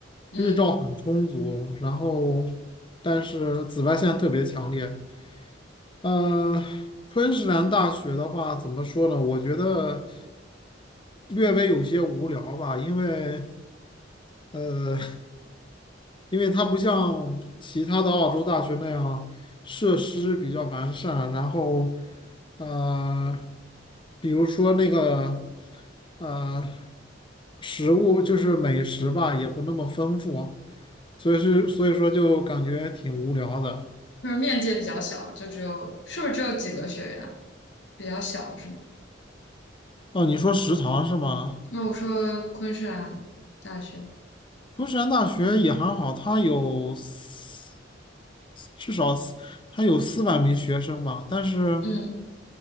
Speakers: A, on the left; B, on the left.
A: 嗯，
B: 日照很充足，然后但是紫外线特别强烈，呃，昆士兰大学的话，怎么说呢？我觉得略微有些无聊吧，因为呃，<laughs> 因为它不像其他的澳洲大学那样设施比较完善，然后呃，比如说那个呃，食物就是美食吧，也不那么丰富，所以是所以说就感觉挺无聊的。
A: 就是面积也比较小，就只有是不是只有几个学院？比较小是吗？
B: 哦，你说食堂是吗？
A: 那我说昆士兰大学，
B: 昆山大学也还好，它有四至少四它有四百名学生吧，但是
A: 嗯